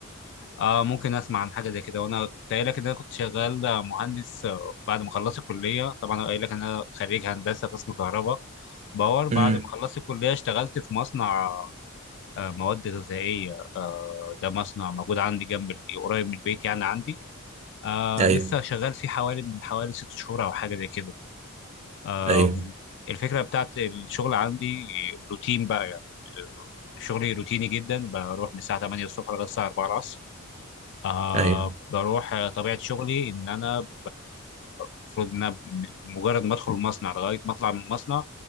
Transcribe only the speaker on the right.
امم
ايوه
ايوه
ايوه